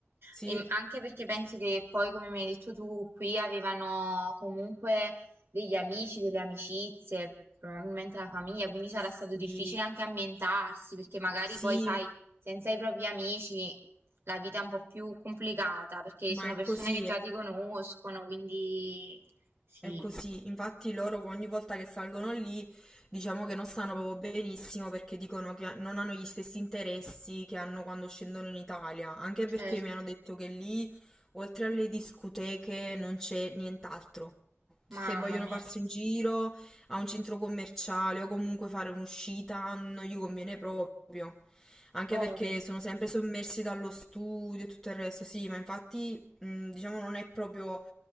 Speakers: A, in the centre; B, on the right.
A: Sì,
B: E anche perché penso che poi, come mi hai detto tu, qui avevano comunque degli amici, delle amicizie, probabilmente la famiglia, quindi sarà
A: sì,
B: stato difficile anche ambientarsi, perché magari
A: sì,
B: poi, sai, senza i propri amici la vita è un po' più complicata, perché
A: ma
B: sono
A: è
B: persone
A: così.
B: che già
A: eh.
B: ti conoscono, quindi sì,
A: È così, infatti loro ogni volta che salgono lì diciamo che non stanno proprio benissimo perché dicono che non hanno gli stessi interessi che hanno quando scendono in Italia, anche
B: certo,
A: perché mi hanno detto che lì oltre alle discoteche non c'è nient'altro. Cioè,
B: mamma
A: se vogliono
B: mia,
A: farsi un giro a un centro commerciale o comunque fare un'uscita, non gli conviene proprio. Anche
B: poveri.
A: perché sono sempre sommersi dallo studio e tutto il resto, sì, ma infatti, mh, diciamo, non è proprio